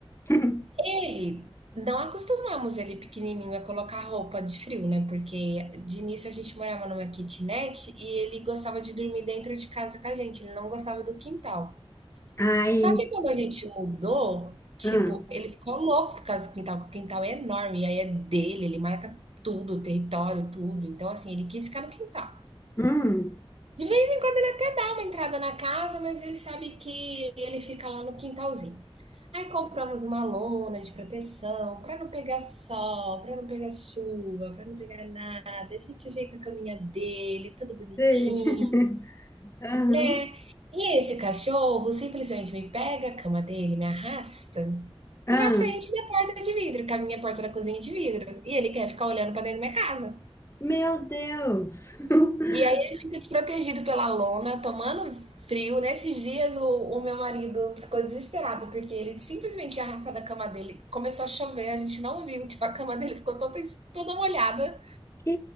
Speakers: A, on the left; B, on the right.
A: <laughs>
B: Ele, não acostumamos ele pequenininho a colocar roupa de frio, né? Porque de início a gente morava numa kitnet e ele gostava de dormir dentro de casa com a gente, ele não gostava do quintal.
A: Ai,
B: Só que quando a gente mudou, tipo,
A: hum,
B: ele ficou louco por causa do quintal, porque o quintal é enorme, e aí é dele, ele marca tudo, o território, tudo. Então, assim, ele quis ficar no quintal.
A: hum,
B: De vez em quando ele até dá uma entrada na casa, mas ele sabe que ele fica lá no quintalzinho. Aí compramos uma lona de proteção para não pegar sol, para não pegar chuva, para não pegar nada. A gente ajeita a caminha dele, tudo bonitinho.
A: sei. <laughs> Aham,
B: Né? E esse cachorro simplesmente me pega a cama dele, me arrasta
A: aham.
B: pra frente da porta de vidro, que a minha porta da cozinha é de vidro. E ele quer ficar olhando pra dentro da minha casa.
A: Meu Deus! <laughs>
B: E aí ele fica desprotegido pela lona, tomando frio. Nesses dias o, o meu marido ficou desesperado, porque ele simplesmente tinha arrastado a cama dele. Começou a chover, a gente não viu, tipo, a cama dele ficou toda, toda molhada.
A: Que